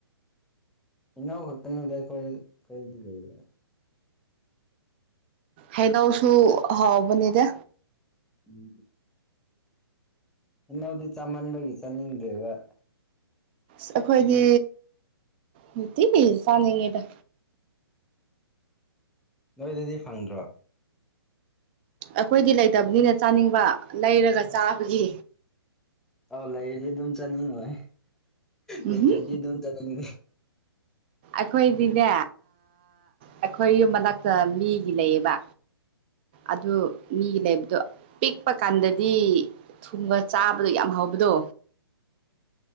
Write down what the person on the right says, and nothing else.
ꯍꯩꯅꯧꯁꯨ ꯍꯥꯎꯕꯅꯦꯗ
ꯑ ꯑꯩꯈꯣꯏꯗꯤ ꯅꯨꯡꯇꯤꯒꯤꯤ ꯆꯥꯅꯤꯡꯉꯤꯗ
ꯑꯩꯈꯣꯏꯗꯤ ꯂꯩꯇꯕꯅꯤꯅ ꯆꯥꯅꯤꯡꯕ ꯂꯩꯔꯒ ꯆꯥꯕꯒꯤ꯫
ꯎꯝꯍꯨꯝ
ꯑꯩꯈꯣꯏꯗꯤꯅꯦ ꯑꯩꯈꯣꯏ ꯌꯨꯝ ꯃꯅꯥꯛꯇ ꯃꯤꯒꯤ ꯂꯩꯌꯦꯕ꯫ ꯑꯗꯨ ꯃꯤꯒꯤ ꯂꯩꯕꯗꯣ ꯄꯤꯛꯄ ꯀꯥꯟꯗꯗꯤ ꯊꯨꯝꯕ ꯆꯥꯕꯗꯣ ꯌꯥꯝ ꯍꯕꯗꯣ